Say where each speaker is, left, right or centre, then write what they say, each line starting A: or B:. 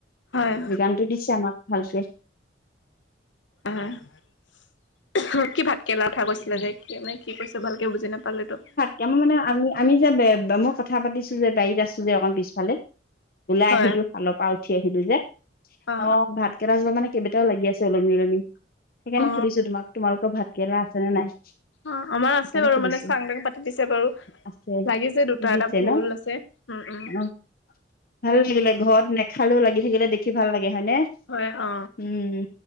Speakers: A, on the left; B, on the left.
A: হয়।
B: গানটো দিছে আমাক ভালকে।
A: আঁহ' কি ভাত কেৰেলা কথা কৈছিলা যে। কেনে কি কৈছ, ভালকে বুজি নাপালো এইতো।
B: কেমে মানে, আমি যে কথা পাতিছোঁ, যে বাৰীত আছোঁ যে অকণ পিছফালে। ওলাই
A: অ
B: আহিলো শালৰ পা উঠি আহিলো যে,
A: অ
B: অঁ ভাত- কেইটা যোৱা মানে, কেবেটাও লাগি আছে ওলমি ওলমি, সেইকাৰণে
A: অ
B: সুধিছোঁ তোমাক তোমালোক- ক ভাত'কেৰেলা আছে নে নাই?
A: অঁ' আমাৰ আছে
B: সেইকাৰণে
A: বাৰু
B: সুধিছো
A: মানে, চাং টাং পাতি দিছে বাৰু।
B: আছে
A: লাগিছে দুটা,
B: দিছে
A: এটা ভুল
B: ন
A: আছে, উম' উম'।
B: অ ভাল লাগিলে, ঘৰত নেখালেও লাগি থাকিলে দেখি ভাল লাগে, হয় নে?
A: হয় অ
B: উম'